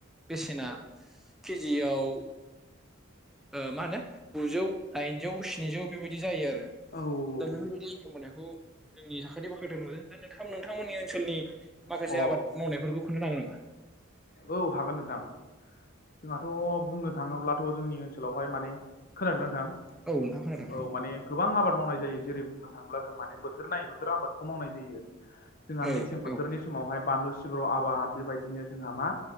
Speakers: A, in the centre; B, on the left (about 45°).
A: बेसेना केजियाव ओ मा होनो गुजौ, दाइनजौ, स्निजौ बेबायदि जायो आरो।
B: औ औ
A: दा
B: औ
A: बेफोरबादि इन्काम होनायखौ जोंनि साखाथि बाखाथि नुदों। दा नोंथां नोंथांमोननि ओनसोलनि माखासे
B: अ
A: आबाद मावनायफोरखौ खोन्थानो हागोन नामा?
B: औ हागोन नोंथां। जोंहाथ' बुंनो थाङोब्लाथ' जोंनि ओनसोलावहाय माने खोनादोंना नोंथां?
A: औ नोंथां खोनादों
B: औ माने। गोबां आबाद मावनाय जायो। जेरै बुंनो थाङोब्ला जों माने बोथोर नायै बोथोर आबादखौ मावनाय जायो आरो। जोंहा
A: औ
B: मेसें बोथोरनि
A: औ
B: समावहाय बानलु सिब्रु आबाद बेबायदिनो जोंहा मा